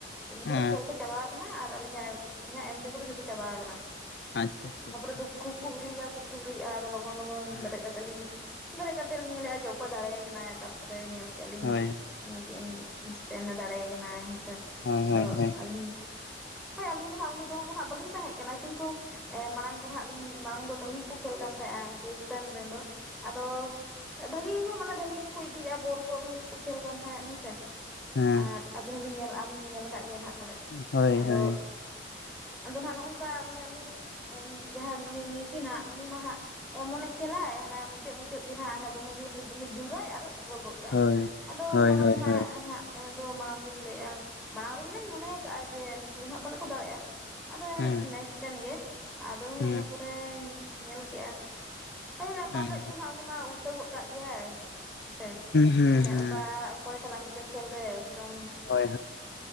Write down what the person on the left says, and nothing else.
ᱚ
ᱟᱪᱪᱷᱟ ᱟᱪᱪᱷᱟ
ᱟᱪᱪᱷᱟ
ᱦᱮᱸ
ᱦᱳᱭ
ᱦᱳᱭ
ᱦᱳᱭ ᱦᱳᱭ
ᱦᱮᱸ
ᱦᱳᱭ
ᱦᱳᱭ ᱦᱮᱸ
ᱦᱳᱭ
ᱦᱳᱭ
ᱦᱳᱭ
ᱦᱳᱭ
ᱦᱩᱸ
ᱦᱩᱸ
ᱦᱩᱸ
ᱦᱩᱸ
ᱦᱩᱸ
ᱦᱳᱭ